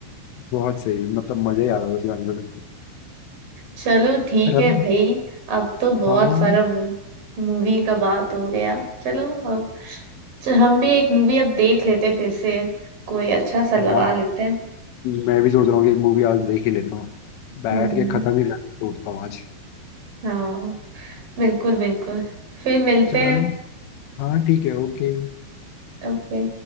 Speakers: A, on the left (about 85°); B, on the right (about 45°).
A: बहुत सही मतलब मजा ही आ रहा था उस गाने में
B: चलो ठीक
A: रंग
B: है भाई अब तो बहुत
A: हाँ हाँ।
B: सारा मूवी का बात हो गया चलो अब चल हम भी एक मूवी अब देख लेते हैं फिर से कोई अच्छा सा लगा
A: हाँ
B: लेते हैं
A: मैं भी सोच रहा हूँ कि एक मूवी आज देख ही लेता हूँ बैठ
B: हम्म
A: के खत्म ही कर छोड़ता हूँ आज
B: हाँ बिल्कुल बिल्कुल फिर मिलते
A: चलो
B: हैं
A: हाँ ठीक है ओके
B: ओके